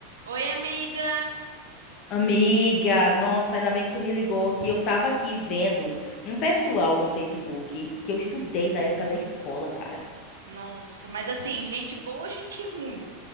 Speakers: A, on the right; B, on the left.
A: Oi, amiga.
B: Amiga, nossa, ainda bem que tu me ligou, que eu tava aqui vendo um pessoal no Facebook que eu estudei na época da escola, cara.
A: Nossa, mas assim, gente boa, gente ruim.